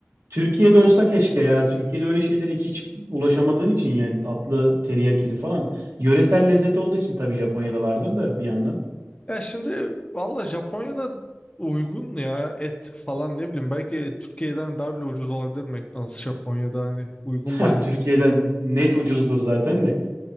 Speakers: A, on the right; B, on the left.
A: Türkiye'de olsa keşke ya. Türkiye'de öyle şeylere hiç ulaşamadığın için yani tatlı teriyakili falan. Yöresel lezzet olduğu için tabii Japonya'da vardır da bir yandan.
B: Ya şimdi valla Japonya'da uygun ya et falan ne bileyim belki Türkiye'den daha bile ucuz olabilir McDonald's Japonya'da hani uygun
A: <laughs>
B: baya.
A: Türkiye'den net ucuzdur zaten de.